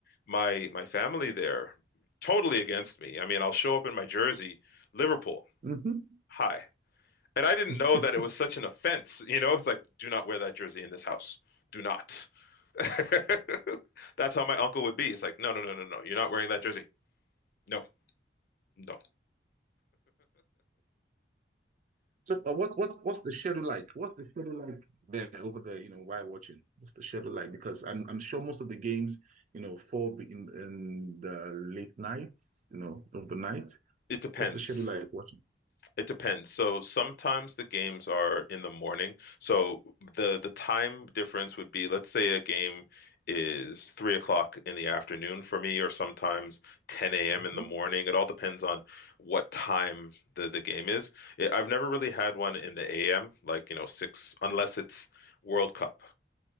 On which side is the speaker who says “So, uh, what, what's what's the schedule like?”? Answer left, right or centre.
Right